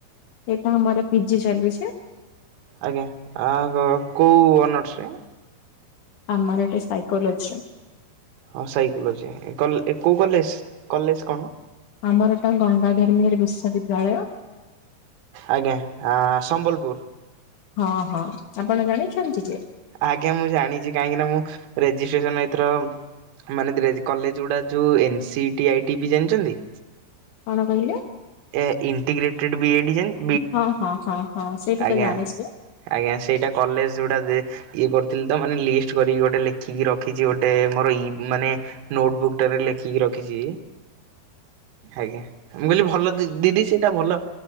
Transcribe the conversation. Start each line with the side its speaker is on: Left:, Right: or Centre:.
Left: ଏଇଟା ଆମର ପିଜି ଚାଲୁଛି
Right: ଆଜ୍ଞା ଆ କୋଉ ଅନର୍ସରେ
Left: ଆମର ଏଇଟା ସାଇକୋଲୋଜି
Right: ହଁ ସାଇକୋଲୋଜି କଲ ଏ କୋଉ କଲେଜ୍ କଲେଜ୍ କଣ
Left: ଆମର ଏଟା ଗଙ୍ଗାଧରମେହେର ବିଶ୍ୱବିଦ୍ୟାଳୟ
Right: ଆଜ୍ଞା ଆଁ ସମ୍ବଲପୁର
Left: ହଁ ହଁ ଆପଣ ଜାଣିଛନ୍ତି କି
Right: ଆଜ୍ଞା ମୁଁ ଜାଣିଛି କାହିଁକି ନା ମୁଁ ରେଜିଷ୍ଟ୍ରେସନ ଏଥର ମାନେ କଲେଜ୍ ଗୁଡ଼ା ଯୋଉ ଏନ୍ ସିଇଟି ଆଇଟିବି ଜାଣିଛନ୍ତି
Left: କଣ କହିଲେ
Right: ଏ ଇଣ୍ଟିଗ୍ରେଟେଡ୍ ବିଏଡି ଜାଣିଛନ୍ତି
Left: ହଁ ହଁ ହଁ ହଁ ସେଇଟା
Right: ଆଜ୍ଞା
Left: ତ ଜାଣିଛି
Right: ଆଜ୍ଞା ସେଇଟା କଲେଜ୍ ଯୋଉଟା ଯେ ଇଏ କରିଥିଲି ତ ମାନେ ଲିଷ୍ଟ କରିକି ଗୋଟେ ଲେଖିକି ରଖିଛି ଗୋଟେ ମୋର ଇ ମାନେ ନୋଟ୍ ବୁକ୍ ଟାରେ ଲେଖିକି ରଖିଛି ଆଜ୍ଞା ମୁଁ କହିଲି ଭଲ ଦିଦି ସେଇଟା ଭଲ